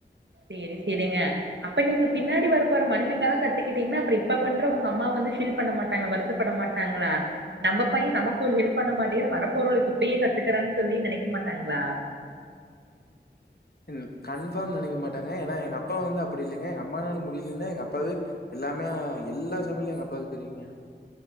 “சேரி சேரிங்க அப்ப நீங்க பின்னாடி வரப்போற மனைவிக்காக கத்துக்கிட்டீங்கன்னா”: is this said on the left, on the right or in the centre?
Right